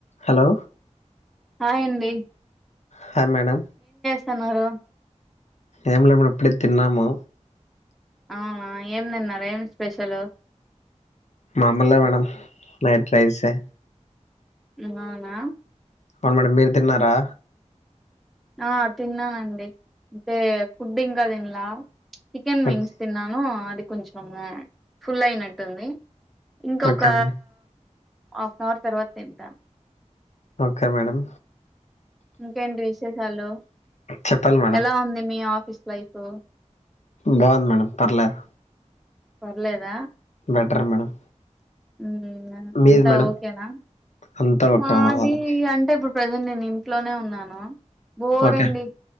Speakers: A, on the left; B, in the centre.
A: Hello
B: హాయండి
A: hi madam
B: సనరు
A: ఏమ్లె మేడం ఇప్పుడే తిన్నాము
B: అవునా ఏం దిన్నారు ఏం స్పెషల్
A: మాములే మేడం నైట్ రైసే
B: అవునా
A: అవును మేడం మీరు తిన్నారా
B: ఆ తిన్నానండి అంటే ఫుడ్ ఇంకా తిన్లా చికెన్ వింగ్స్
A: ఓకే
B: తిన్నాను అది కొంచం ఫుల్ అయినట్టుంది ఇంకొక
A: okay madam
B: half an hour తర్వాత తింటాం
A: ఓకే మేడం
B: ఇంకేంటి విశేషాలు
A: చెప్పాలి మేడం
B: ఎలా ఉంది మీ ఆ స్ వైఫ్
A: బాగుంది మేడం పర్లేదు
B: పర్లేదా
A: బెటర్ మేడం
B: మ్
A: మీది
B: అంతా
A: మేడం
B: ఓకేనా
A: అంతా ఓకే
B: మాది
A: మేడం వాళ్ళకి
B: అంటే ఇప్పుడు ప్రజెంట్ నేను ఇంట్లోనే ఉన్నాను బోరండి
A: ఓకే